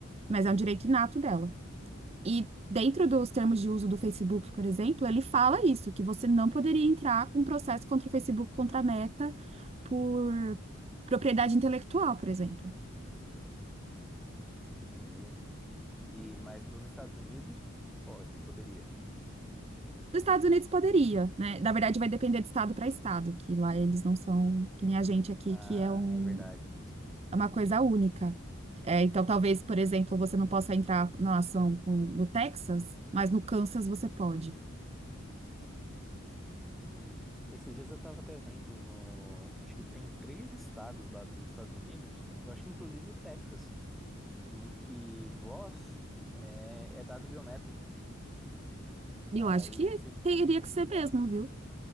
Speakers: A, on the right; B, in the centre.
A: mas é um direito inato dela. E dentro dos termos de uso do Facebook, por exemplo, ele fala isso, que você não poderia entrar com um processo contra o Facebook, contra a Meta, por propriedade intelectual, por exemplo.
B: Entendi. E mas nos Estados Unidos pode, poderia.
A: Nos Estados Unidos poderia, né? Na verdade, vai depender de estado para estado, que lá eles não são que nem a gente aqui,
B: Ah,
A: que é um,
B: é verdade.
A: é uma coisa única. É, então, talvez, por exemplo, você não possa entrar na ação com- no Texas, mas no Kansas você pode.
B: Entendi. Esses dias eu estava até vendo no, acho que tem três estados lá dos Estados Unidos. Eu acho que inclusive o Texas. em que voz é, é dado biométrico. Aí
A: E eu acho que
B: eles têm,
A: teria que ser mesmo,
B: é,
A: viu?